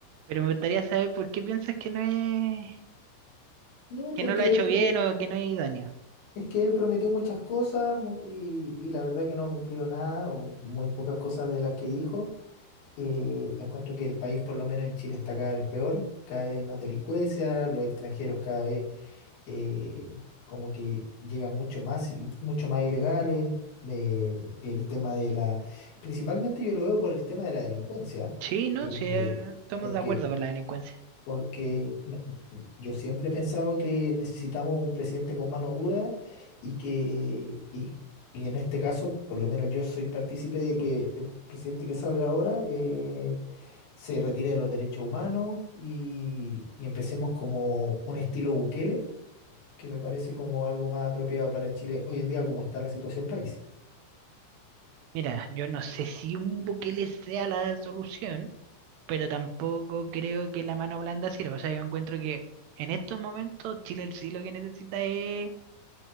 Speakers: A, on the right (about 80°); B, on the left (about 80°).
A: Pero me gustaría saber por qué piensas que no es,
B: No,
A: que
B: porque
A: no lo ha hecho
B: él pro-
A: bien o que no es idóneo.
B: es que él prometió muchas cosas mu- y, y la verdad que no cumplió nada o muy pocas cosas de las que dijo. Eh, encuentro que el país, por lo menos en Chile, está cada vez peor, cada vez hay más delincuencia, los extranjeros cada vez eh, como que llegan mucho más y mucho más ilegales. de- el tema de la, principalmente yo lo veo por el tema de la delincuencia,
A: Sí, no,
B: eh,
A: sí, eh, estamos
B: porque,
A: de acuerdo con la delincuencia.
B: porque no- yo siempre he pensado que necesitamos un presidente con mano dura y que, y, y en este caso, por lo menos yo soy partícipe de que el presidente que salga ahora. eh, se retire de los derechos humanos y, y empecemos como un estilo Bukele, que me parece como algo más apropiado para Chile hoy en día como está la situación país.
A: Mira, yo no sé si un Bukele sea la solución, pero tampoco creo que la mano blanda sirva. O sea, yo encuentro que en estos momentos Chile sí lo que necesita es